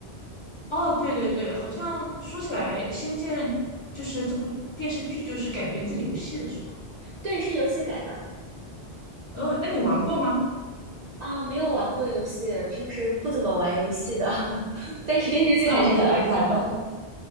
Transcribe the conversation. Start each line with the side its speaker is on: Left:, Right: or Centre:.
Left: 哦，对对对，好像说起来，《仙剑》就是这部电视剧就是改编自游戏的是吧？
Right: 对，是游戏改的
Left: 哦，那你玩过吗？
Right: 啊，没有玩过游戏，平时不怎么玩游戏的，<laughs> 但是电视剧还是很爱看的。
Left: 那我觉得还挺好。